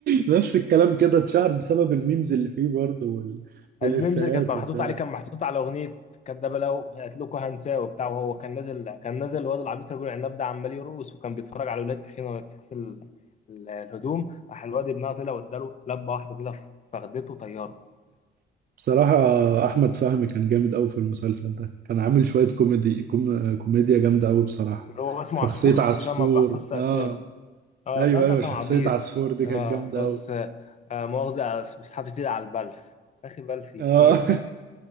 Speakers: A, on the right (about 50°); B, on the left (about 35°).
A: نفس الكلام كده اتشهر بسبب الميمز اللي فيه برضه وال... والإفيهات
B: الميمز اللي كانت محطوط
A: وبتاع
B: عليه كان محطوط على اغنيه كدابه لو قالت لكم هنساه وبتاع وهو كان نازل كان نازل الواد العبيط رجل العناب ده عمال يرقص وكان بيتفرج على ولاد تخينه وهي بتغسل ال- ال- الهدوم راح الواد ابنها طلع واداله لبه واحده كده في فخدته طياره
A: بصراحة أحمد فهمي كان جامد أوي في المسلسل ده كان عامل شوية كوميدي كوم... كوميديا جامدة أوي بصراحة
B: اللي هو اسمه
A: شخصية
B: عصفور
A: عصفور
B: عشان ما بحفظش اسامي
A: آه
B: اه
A: أيوه
B: لا ده
A: أيوه
B: كان
A: شخصية
B: عبيط
A: عصفور دي
B: اه
A: كانت جامدة
B: بس
A: أوي
B: آه مؤاخذة بس مش حاطط ايدي على البلف اخي بلف يشيلك
A: آه